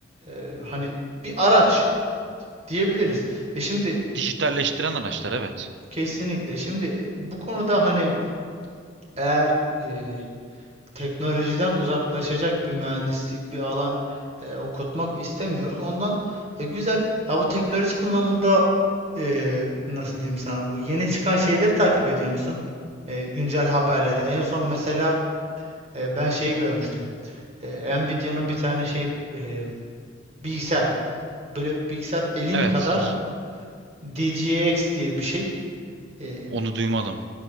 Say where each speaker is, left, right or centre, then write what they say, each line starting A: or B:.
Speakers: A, on the right; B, on the right.
A: e, hani bir araç diyebiliriz. E şimdi
B: Dijitalleştiren araçlar evet.
A: kesinlikle. Şimdi bu konuda hani eğer e, teknolojiden uzaklaşacak bir mühendislik bir alan e, okutmak istemiyoruz. Ondan e, güzel. Ya bu teknoloji anlamında e, nasıl diyeyim sana bu yeni çıkan şeyleri takip ediyor musun? E, güncel haberleri. En son mesela e, ben şeyi görmüştüm. E, Nvidia'nın bir tane şey e, bilgisayar. Böyle bilgisayar elin
B: Evet
A: kadar
B: y-
A: DGX diye bir şey. E,
B: onu duymadım.